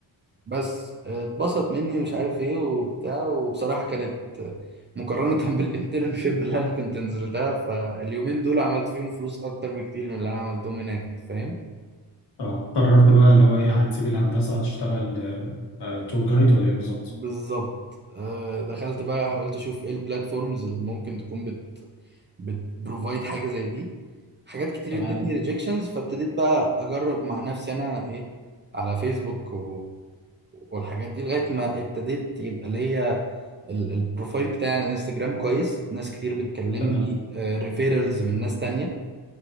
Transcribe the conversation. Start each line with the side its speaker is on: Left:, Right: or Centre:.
Right: بس اتبسط مني ومش عارف ايه وبتاع وبصراحة كانت مقارنة <laughs> بالانترنشيب اللي انا كنت نزلتها فاليومين دول عملت فيهم فلوس اكتر بكتير من اللي انا عملتهم هناك انت فاهم
Left: اه قررت بقى اللي هو ايه هتسيب الهندسة هتشتغل آه، آه، تور جايد ولا ايه بالظبط
Right: بالظبط آه، دخلت بقى حاولت اشوف ايه البلاتفورمز اللي ممكن تكون بت بتبروفايد حاجة زي دي حاجات كتير
Left: تمام
Right: ادتني ريجكشنز فابتديت بقى اجرب مع نفسي انا ايه على فيسبوك و... والحاجات دي لغاية ما ابتديت يبقى ليا ال- البروفايل بتاعي على الانستجرام كويس ناس كتير بتكلمني
Left: تمام
Right: ريفيرالز من ناس تانية